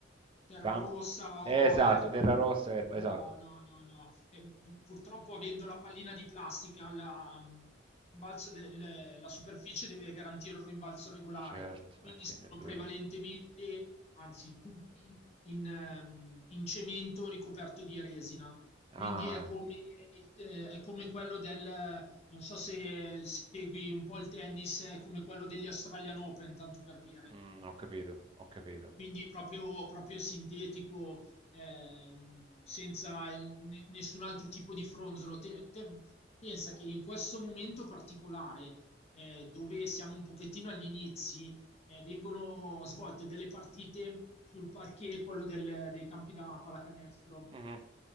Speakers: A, on the left; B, on the right.
A: Terrarossa
B: camp- eh,
A: o
B: esatto,
A: erba.
B: terra rossa, erba,
A: No,
B: esatto.
A: no, no, no. E pu- purtroppo avendo la pallina di plastica, la, rimbalzo del- la superficie deve garantire un rimbalzo regolare,
B: Certo,
A: quindi
B: e quindi
A: sono
B: è dura.
A: prevalentemente, anzi tutti, in, ehm, in cemento ricoperto di resina.
B: Ah.
A: Quindi è come, il- eh, è come quello del, non so se segui un po' il tennis, è come quello degli Australian Open, tanto per dire.
B: Mh, ho capito, ho capito.
A: Quindi proprio, proprio sintetico, ehm, senza eh, ne- nessun altro tipo di fronzolo. Te- te- pensa che in questo momento particolare, eh, dove siamo un pochettino agli inizi, eh, vengono svolte delle partite sul parquet, quello del- dei campi da pallacanestro.
B: Mh-mh.